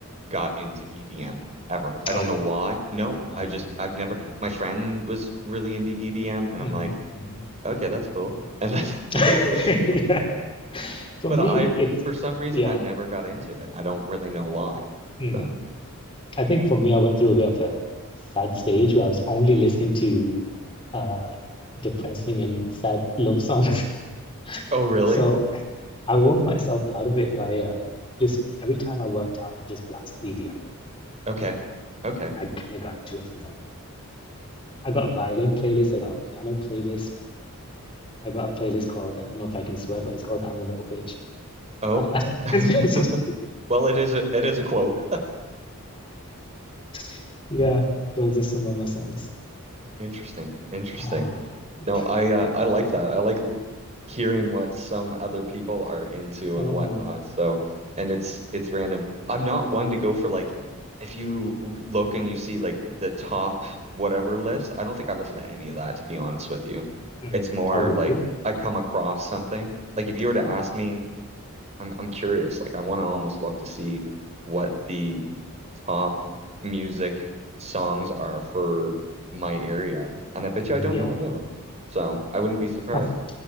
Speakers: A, on the right; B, on the left.
A: got into EDM ever. I
B: Oh
A: don't
B: yeah.
A: know why. No,
B: Oh
A: I just
B: yeah.
A: I've never
B: hmm
A: my friend was really into EDM and
B: hmm
A: I'm like,
B: hmm
A: okay, that's cool. And that's, <laughs> that's
B: <laughs>
A: this
B: Yeah. For
A: but
B: me,
A: I
B: it's
A: for some reason
B: yeah.
A: I've never got into it. I don't really know why.
B: Mm.
A: So
B: I think for me, I went through a bit of a sad stage where I was only listening to uh, depressing and sad love songs.
A: Oh
B: <laughs>
A: really?
B: So I woke myself out of it by uh, just every time I worked out, I just blast EDM.
A: Okay. Okay.
B: I kind of got into it from that. I got a violin playlist, I got a piano playlist, I got a playlist called, I don't know if I can swear, but it's called I'm a Little Bitch.
A: Oh.
B: Uh, <laughs>
A: <laughs>
B: it's just,
A: Well, it is a it is a quote.
B: <laughs> yeah, those are some of my songs.
A: Interesting. Interesting.
B: Ah, mm,
A: No, I uh, I like that. I like l- hearing what some other people are into
B: mm,
A: and whatnot. So, and it's it's random. I'm not one to go for like if you look and you see like the top whatever list, I don't think I listen to any of that to be honest with you.
B: mm.
A: It's more
B: Oh, really?
A: like I come across something. Like if you were
B: Ah,
A: to ask me I'm I'm curious. Like I want to almost look to see what the top music songs are for my area, and I bet you
B: yeah.
A: I don't know any of them. So I wouldn't be surprised.
B: <laughs>